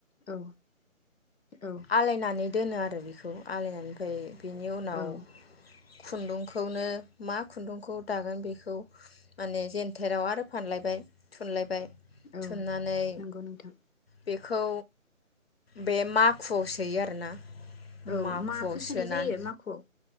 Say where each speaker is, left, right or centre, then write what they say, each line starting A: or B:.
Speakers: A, on the left (about 80°); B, on the left (about 50°).
A: औ औ
B: आलायनानै दोनो आरो बेखौ आलायनानै ओमफाय बिनि उनाव
A: औ
B: खुन्दुंखौनो मा खुन्दुंखौ दागोन बेखौ माने जेेनथेराव आरो फानलायबाय थुनलाय बाय
A: औ
B: थुननानै
A: नंगौ नोंथां
B: बेखौ बे माखुआव सोयो आरोना
A: औ
B: माखुआव
A: माखो
B: सोनानै
A: सोनाय जायो माखुआव?